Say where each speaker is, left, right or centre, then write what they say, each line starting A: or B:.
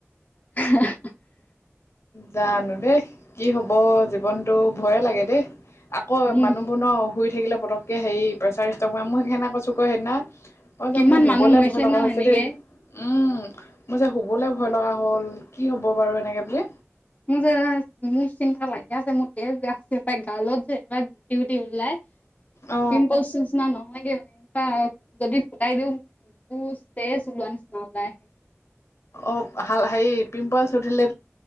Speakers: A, on the left; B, on the left.
A: <unintelligible>
B: জানো দেই, কি হব জীৱনটো ভয়ে লাগে দেই। আকৌ
A: উম,
B: মানুহবোৰ ন' শুই থাকিলে পটককে হেৰি প্ৰেছাৰ ষ্ট'ক বা মই সেইকাৰনে কৈছো আক' সেইদিনা অ',
A: কিমান
B: যাম মোৰ শুবলৈ
A: মানুহ মৰিছে
B: ভয় লগা
A: ন
B: হৈছে
A: সেনেকে
B: দেই। উম মোৰ যে শুবলৈ ভয় লগা হ'ল কি হ'ব বাৰু এনেকৈ বুলি!
A: মোৰ যে মোৰ যি চিন্তা লাগি আছে মোৰ <unintelligible> গালত যে এনেকুৱা গুটি গুটি ওলাই।
B: অ
A: পিম্পলছ নিচিনা নহয়গে যদি ফুটাই দিও পুচ তেজ ওলোৱা নিচিনা ওলাই আহে।
B: অপ‌ হাল হেৰি পিম্পলচ উঠিলে